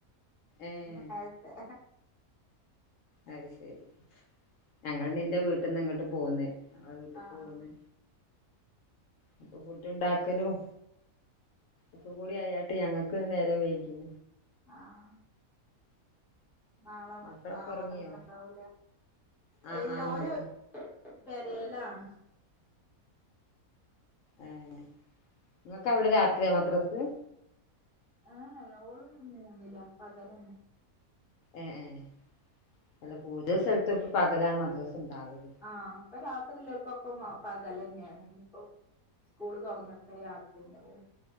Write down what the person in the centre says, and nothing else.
ഇന്ന് നേര്ത്തെ
ആഹ്
ആഹ്
ആഹ് നാളെ മ
ആഹ്
മദ്രസണ്ടാവൂലെ?
ഇല്ല്യ
ഓല്
പെരേലാണ്
ഇന്ന് രാ
ഏഹ് ഓള് മൂന്നിലാ. പകലെന്നെ
ആഹ് ഇപ്പൊ രാത്രിള്ളോൽക്കൊക്കെ പകലെന്നേണ്. ഇനിപ്പൊ സ്കൂള് തൊറന്ന്ട്ടേ രാത്രിണ്ടാവു.